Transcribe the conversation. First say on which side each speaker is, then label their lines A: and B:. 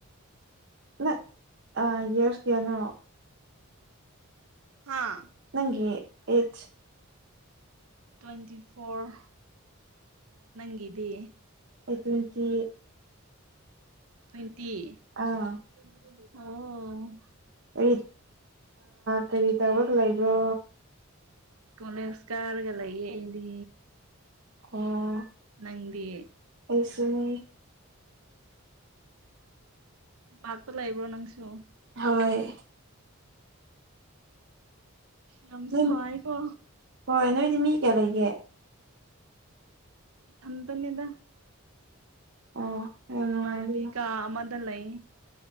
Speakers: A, on the right; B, on the right.
A: ꯅꯪ ꯑꯥ ꯌꯦꯔꯁ ꯀꯌꯥꯅꯣ
B: ꯍꯥꯥ
A: ꯅꯪꯒꯤ ꯑꯦꯠꯁ
B: ꯇ꯭ꯋꯦꯟꯇꯤ ꯐꯣꯔ ꯅꯪꯒꯤꯗꯤ
A: ꯑꯩ ꯇ꯭ꯋꯦꯟꯇꯤ
B: ꯇ꯭ꯋꯦꯟꯇꯤ
A: ꯑꯥ
B: ꯑꯣ
A: ꯀꯔꯤ ꯀꯔꯤ ꯇꯧꯔꯒ ꯂꯩꯕ꯭ꯔꯣ
B: ꯀꯣꯂꯦꯁ ꯀꯔꯒ ꯂꯩꯌꯦ ꯑꯩꯗꯤ
A: ꯑꯣ
B: ꯅꯪꯗꯤ
A: ꯑꯩꯁꯨꯅꯦ
B: ꯇꯥꯝꯄꯥꯛꯇ ꯂꯩꯕ꯭ꯔꯣ ꯅꯪꯁꯨ
A: ꯍꯣꯏ
B: ꯌꯥꯝ
A: ꯅꯣꯏ
B: ꯁꯥꯢꯑꯦꯒꯣ
A: ꯍꯣꯏ ꯅꯣꯏꯗꯤ ꯃꯤ ꯀꯌꯥ ꯂꯩꯒꯦ
B: ꯊꯟꯇꯅꯦꯗ
A: ꯑꯣ ꯌꯥꯝ ꯅꯨꯡꯉꯥꯏꯔꯤꯅ
B: ꯏꯃꯥꯟꯅꯕꯤ ꯀꯥ ꯑꯃꯗ ꯂꯩ